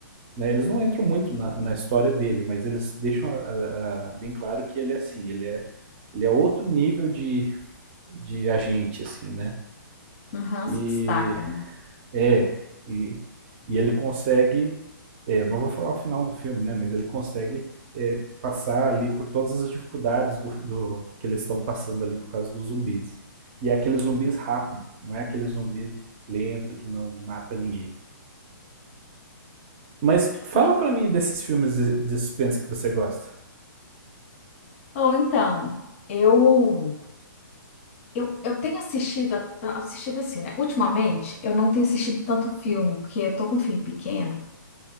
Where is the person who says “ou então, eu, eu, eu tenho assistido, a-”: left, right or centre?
Left